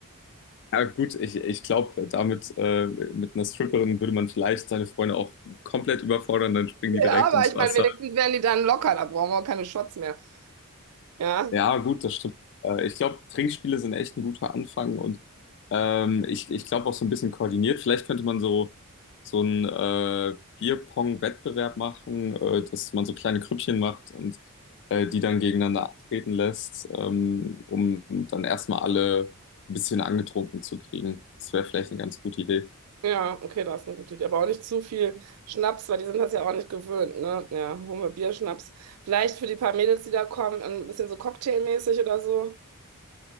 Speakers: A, on the left (about 55°); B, on the right (about 80°).
A: Ja, gut, ich, ich glaube, damit, äh, mit einer Stripperin würde man vielleicht seine Freunde auch komplett überfordern, dann springen die
B: Ja,
A: direkt
B: aber
A: ins
B: ich
A: Wasser.
B: meine, wenigstens werden die dann locker, da brauchen wir auch keine Shots mehr. Ja,
A: Ja, gut, das stimmt. Äh, Ich glaube, Trinkspiele sind echt ein guter Anfang und ähm, ich, ich glaube auch so ein bisschen koordiniert. Vielleicht könnte man so, so einen äh, Bierpong-Wettbewerb machen, äh, dass man so kleine Grüppchen macht und äh, die dann gegeneinander antreten lässt, ähm, um dann erstmal alle ein bisschen angetrunken zu kriegen. Das wäre vielleicht eine ganz gute Idee.
B: ja, okay, das ist eine gute Idee. Aber auch nicht zu viel Schnaps, weil die sind das ja auch nicht gewöhnt, ne? Ja, holen wir Bier, Schnaps. Vielleicht für die paar Mädels, die da kommen, ein bisschen so cocktailmäßig oder so.